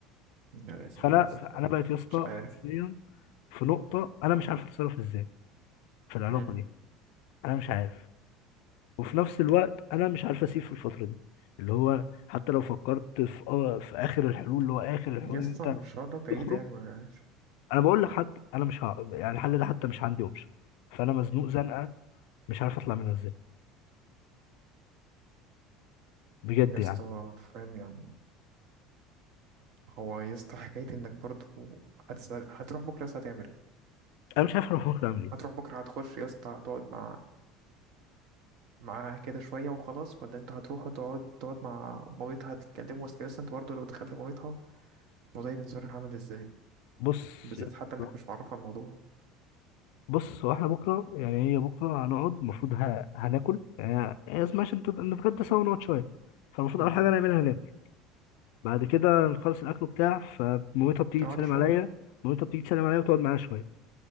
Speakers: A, on the right; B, on the left.
A: لا لا يس
B: فانا
A: يسطا
B: انا بقيت يا اسطى
A: مش عارف
B: حرفيا في نقطه انا مش عارف اتصرف ازاي في العلاقه
A: مم.
B: دي انا مش عارف وفي نفس الوقت انا مش عارف اسيب في الفتره دي اللي هو حتى لو فكرت في آه في اخر الحلول اللي هو اخر الحلول
A: يسطا
B: ان انت
A: الشهرة بعيدة
B: تخرج
A: يعني ملهاش
B: انا بقول لك حتى انا مش ه... يعني الحل ده حتى مش عندي اوبشن فانا مزنوق زنقه مش عارف اطلع منها ازاي بجد
A: يسطا
B: يعني
A: فاهم يعني هو يسطا حكاية انك برضه هتسأل هتروح بكرة يسطا هتعمل ايه
B: انا مش عارف انا بفكر اعمل ايه
A: هتروح بكرة هتخش يسطا هتقعد مع معاها كده شوية وخلاص ولا انت هتروح وتقعد تقعد مع مامتها هتتكلموا اصل يسطا انت برضه لو دخلت مامتها الموضوع بالنسبة لها عامل ازاي
B: بص
A: بالذات
B: يا اسطى
A: حتى انك مش معرفها الموضوع
B: بص هو احنا بكره يعني هي بكره هنقعد المفروض ه- هناكل يعني هي اسمها عشان تبقى نتغدى سوا ونقعد شويه فالمفروض
A: مم.
B: اول حاجه نعملها هناكل بعد كده نخلص الاكل بتاع فمامتها بتيجي
A: تقعدوا
B: تسلم
A: شوية
B: عليا مامتها بتيجي تسلم عليا وتقعد معايا شويه